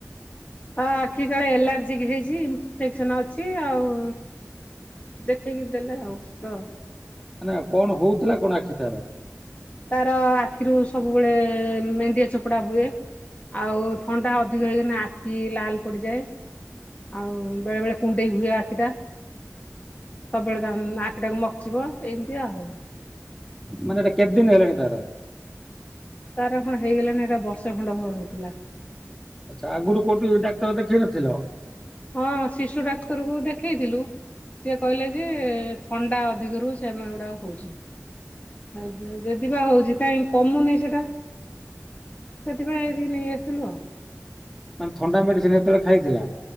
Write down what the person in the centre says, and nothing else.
ମାନେ କଣ ହଉଥିଲା କଣ ଆଖି ତାର?
ମାନେ ଏଇଟା କେତଦିନ ହେଲେଣିି ତାର?
ଆଛା ଆଗରୁ କୋଉଠି ଡାକ୍ତର ଦେଖେଇ ନଥିଲ?
ମାନେ ଥଣ୍ଡା ମେଡ଼ିସିନ୍ ହେତେବେଳେ ଖାଇଥିଲା?